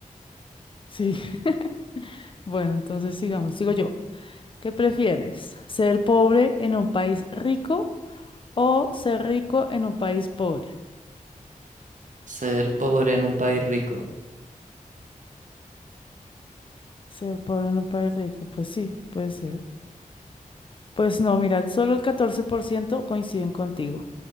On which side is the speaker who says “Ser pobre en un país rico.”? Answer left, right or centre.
Right